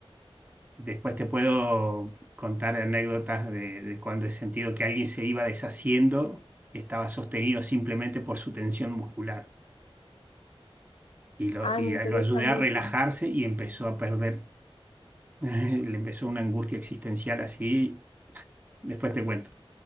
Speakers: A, on the right; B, on the left.
A: Después te puedo contar anécdotas de, de cuando he sentido que alguien se iba deshaciendo y estaba sostenido simplemente por su tensión muscular. y lo,
B: Ay,
A: y
B: me interesa
A: a- lo ayudé
B: mucho.
A: a relajarse y empezó a perder. <laughs> Le empezó una angustia existencial así. Después te cuento,